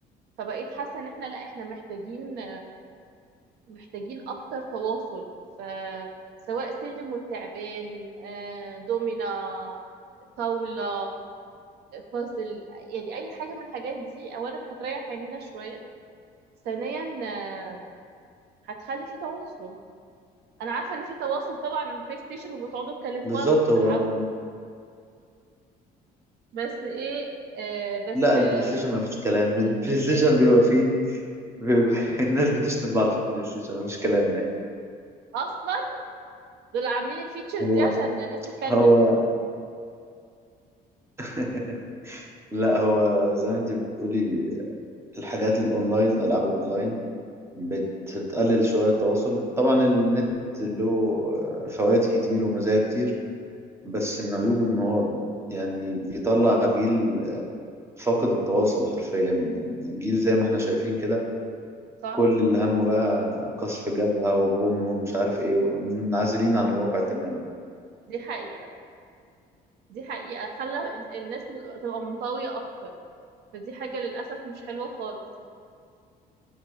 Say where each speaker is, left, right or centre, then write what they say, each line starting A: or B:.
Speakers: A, on the right; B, on the right.
A: فبقيت حاسة ان احنا لا احنا محتاجين محتاجين اكتر تواصل فسواء سلم وتعبان آه، دومينا طاولة بازل يعني اي حاجه من الحاجات دي اولا هتريح عينينا شويه ثانيا آه، هتخلي في تواصل انا عارفه ان في تواصل طبعا على البلاي ستيشن وبتقعدوا تكلموا
B: بالظبط
A: بعض وانتوا بتلعبوا
B: هو
A: بس ايه آه بس
B: لا
A: آه
B: البلاي ستيشن ما فيش كلام <laughs> البلاي ستيشن بيبقى فيه بيبقى <laughs> الناس بتشتم بعض في البلاي ستيشن ما فيش كلام يعني
A: اصلا دول عاملين الفيتشر
B: هو
A: دي عشان الناس تتكلم
B: هو <laughs> لا هو زي ما انت بتقولي الحاجات الاونلاين العاب الاونلاين بت... بتقلل شوية التواصل طبعا النت له فوائد كتير ومزايا كتير بس من عيوبه إن هو يعني بيطلع جيل فاقد التواصل حرفيا يعني جيل زي ما احنا شايفين كده
A: صح
B: كل اللي همه بقى قصف جبهة وبوم ومش عارف ايه منعزلين عن الواقع تماما
A: دي حقيقه دي حقيقه خلى ال- الناس م- تبقى منطويه اكتر فدي حاجه للاسف مش حلوه خالص